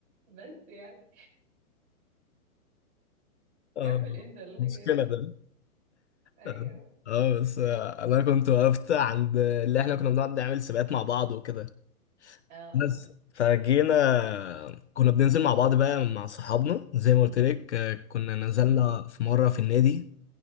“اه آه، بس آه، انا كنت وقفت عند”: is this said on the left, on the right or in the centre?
Left